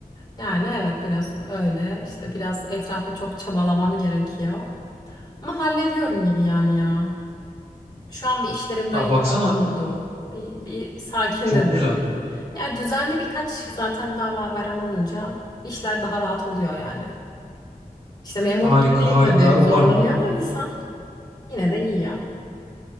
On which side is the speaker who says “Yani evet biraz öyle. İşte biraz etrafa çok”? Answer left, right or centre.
Left